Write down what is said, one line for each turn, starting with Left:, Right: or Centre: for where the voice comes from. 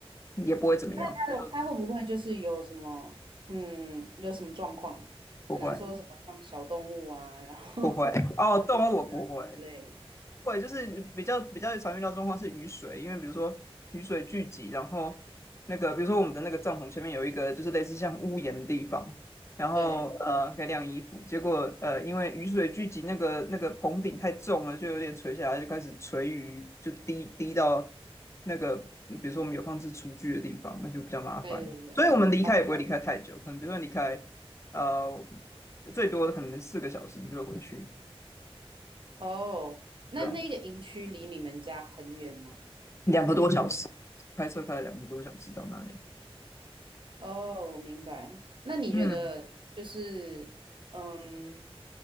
Left: 也不会怎么样，
Right: 它他会不会就是有什么嗯有什么状况？
Left: 没有，不会，
Right: 可能说什么放小动物啊，然后
Left: 不会。
Right: <laughs>
Left: 哦，
Right: 跑进去啊之类的。
Left: 动物我不会。对，就是比较比较常遇到的状况是雨水，因为比如说雨水聚集，然后那个比如说我们的那个帐篷前面有一个就是类似像屋檐的地方，然后呃可以晾衣服，
Right: 对
Left: 结果呃因为雨水聚集，那个那个棚顶太重了，就有点垂下来，就开始垂雨，就滴滴到那个比如说我们有放置厨具的地方，那就比较麻烦，
Right: 对对对，
Left: 所以我们离开也不会离开太久，
Right: 哦，
Left: 可能比如说离开呃最多可能四个小时你就会回去，
Right: 哦那那个营区离你们家很远吗？
Left: 对啊。两个多小时，开车开了两个多小时到那里。
Right: 哦，明白。那你觉得就是，
Left: 嗯，
Right: 嗯，